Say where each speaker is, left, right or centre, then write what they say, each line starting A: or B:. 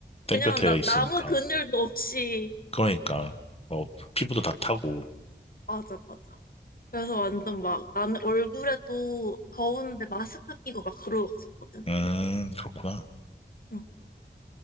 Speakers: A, on the left; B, on the left.
A: 땡볕에
B: 왜냐면 나
A: 있으니까.
B: 아무 근육도 없이.
A: 그러니까, 어, 피부도 다 타고.
B: 맞아, 맞아. 그래서 완전 막 나는 얼굴에도 더운데 마스크 끼고 막 그러고 갔었거든.
A: 음, 그렇구나.
B: 응.